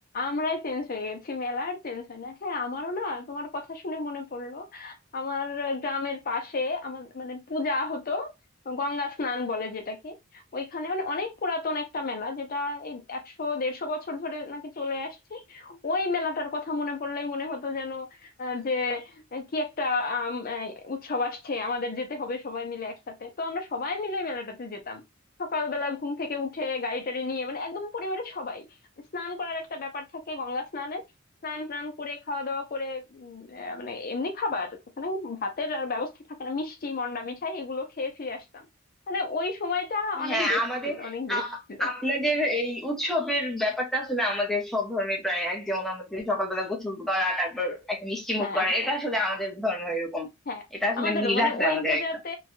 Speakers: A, on the left; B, in the centre.
A: আমরাই চেঞ্জ হয়ে গেছি মেলা আর চেঞ্জ হয় না হ্যাঁ আমারও না তোমার কথা শুনে মনে পড়লো আমার গ্রামের পাশে আমার মানে পূজা হতো গঙ্গা স্নান বলে যেটাকে ওইখানে মানে অনেক পুরাতন একটা মেলা যেটা এই একশো দেড়শো বছর ধরে নাকি চলে আসছে ওই মেলাটার কথা মনে পড়লেই মনে হতো যেন আহ, যে কি একটা আম, এই উৎসব আসছে আমাদের যেতে হবে সবাই মিলে একসাথে তো আমরা সবাই মিলে ওই মেলাটাতে যেতাম সকালবেলা ঘুম থেকে উঠে গাড়ি টাড়ি নিয়ে মানে একদম পরিবারের সবাই স্নান করার একটা ব্যাপার থাকে গঙ্গা স্নানে স্নান টান করে খাওয়া দাওয়া করে উম, আহ, মানে এমনি খাবার ওখানে ভাতের আর ব্যবস্থা থাকে না মিষ্টি মন্ডা মিঠাই এগুলো খেয়ে ফিরে আসতাম মানে ওই সময়টা অনেক
B: হ্যাঁ
A: বেস্ট
B: আমাদের
A: ছিল অনেক বেস্ট
B: আ-
A: ছিল
B: আপনাদের এই উৎসবের ব্যাপারটা আসলে আমাদের সব ধর্মে প্রায় এক যেমন আমাদের সকালবেলা গোসল করা তারপর একটা মিষ্টি
A: হ্যাঁ
B: মুখ করা
A: হ্যাঁ
B: এটা আসলে আমাদের ধর্ম এরকম
A: হ্যাঁ
B: এটা আসলে
A: আমাদেরও
B: মিল
A: মানে
B: আছে
A: ওই
B: আমাদের
A: পূজাতে
B: একটা